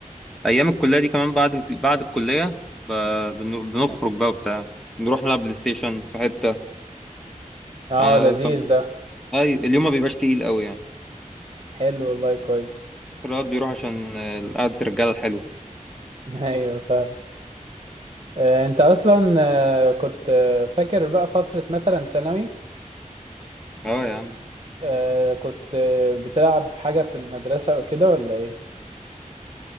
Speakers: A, in the centre; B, on the right (about 40°).
A: ايام الكليه دي كمان بعد ال... بعد الكليه ب... بن- بنخرج بقى وبتاع نروح نلعب بلاي ستيشن في حته
B: اه
A: آه
B: لذيذ
A: ف...
B: ده
A: أي... اليوم ما بيبقاش تقيل قوي يعني
B: حلو والله كويس
A: الواحد بيروح عشان آه، قعده الرجاله الحلوه
B: <laughs> ايوه فاهم آه انت اصلا آه كنت آه، فاكر بقى فتره مثلا ثانوي
A: اه يا عم
B: آه كنت آه، بتلعب حاجه في المدرسه او كده ولا ايه